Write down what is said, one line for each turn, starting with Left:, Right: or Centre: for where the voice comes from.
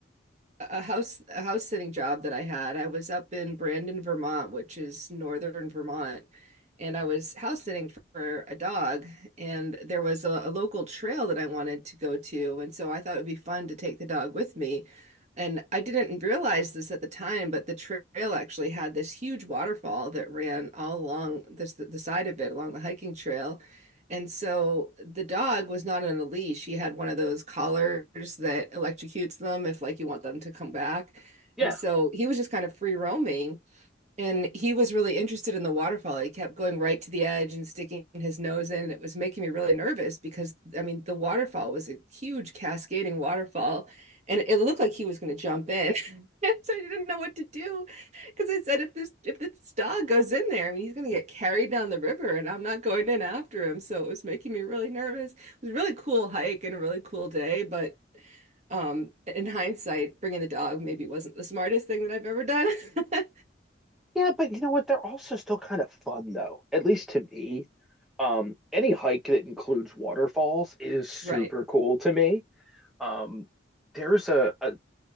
Right: a house a house sitting job that I had. I was up in Brandon, Vermont, which is northern Vermont, and I was house sitting for a dog, and there was a, a local trail that I wanted to go to, and so I thought it would be fun to take the dog with me. And I didn't realize this at the time, but the trail actually had this huge waterfall that ran all along this the side of it, along the hiking trail. And so the dog was not on a leash. He had one of those collars that electrocutes them if like you want them to come back.
Centre: Yeah.
Right: And so he was just kind of free roaming. And he was really interested in the waterfall. He kept going right to the edge and sticking his nose in. It was making me really nervous because, I mean, the waterfall was a huge cascading waterfall and it looked like he was going to jump in. <laughs> so I didn't know what to do because I said, if this if this dog goes in there, I mean, he's going to get carried down the river and I'm not going in after him. So it was making me really nervous. It was a really cool hike and a really cool day, but um in hindsight, bringing the dog maybe wasn't the smartest thing that I've ever done. <laughs>
Centre: Yeah, but you know what? They're also still kind of fun though, at least to me. Um, any hike that includes waterfalls is super
Right: right.
Centre: cool to me. Um, there's a, a,